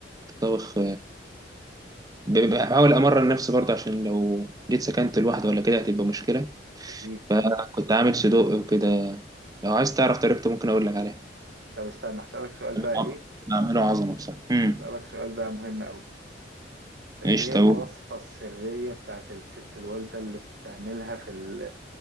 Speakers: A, on the right (about 20°); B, on the right (about 65°).
A: طبخ ب- بحاول امرن نفسي برضه عشان لو جيت سكنت لوحدي ولا كده هتبقى مشكله
B: أكيد
A: فكنت عامل سودوك وكده لو عايز تعرف طريقته ممكن اقول لك عليها
B: طب استنى هسألك سؤال بقى
A: بعم-
B: إيه؟
A: بعمله عظمه بصراحه امم
B: هسألك سؤال بقى مهم أوي طب
A: ايش
B: ايه هي
A: طب
B: الوصفة السرية بتاعت الست الوالدة اللي بتعملها في ال-